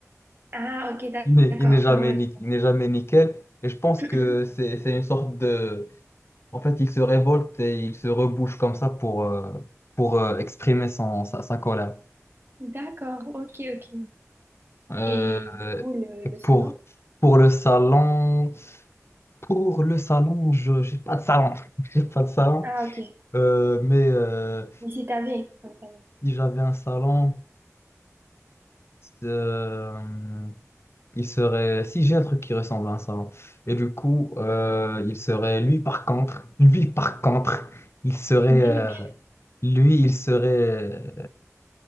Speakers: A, on the right; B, on the left.
A: Ah, ok,
B: <laughs>
A: d'ac-
B: il n'est
A: d'accord.
B: il n'est jamais,
A: Ouais, ouais.
B: ni- il n'est jamais nickel. Et je pense
A: je
B: que
A: vois. <clears throat>
B: c'est c'est une sorte de... En fait, il se révolte et il se rebouche comme ça pour, euh, pour euh, exprimer son, sa, sa colère.
A: D'accord, ok, ok.
B: Euh,
A: Et du coup, le, le salon?
B: pour, pour le salon. Pour le salon, je j'ai pas de salon. <laughs> J'ai pas de salon.
A: Ah, ok.
B: Euh, mais euh,
A: Mais si t'avais un salon.
B: si j'avais un salon, euh, il serait. Si j'ai un truc qui ressemble à un salon. Et du coup, euh, il serait. Lui, par contre, lui, par contre, il serait.
A: Oui,
B: euh,
A: ok.
B: lui, il serait